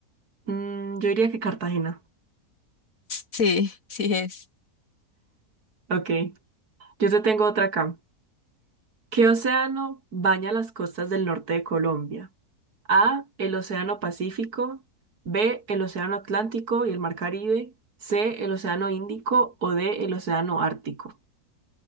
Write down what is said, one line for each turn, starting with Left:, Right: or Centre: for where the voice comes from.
Right: Mm, yo diría que Cartagena.
Left: sí, <laughs> sí es.
Right: Ok. Yo te tengo otra acá. ¿Qué océano baña las costas del norte de Colombia? A, el Océano Pacífico. B, el Océano Atlántico y el Mar Caribe. C, el Océano Índico o D, el Océano Ártico.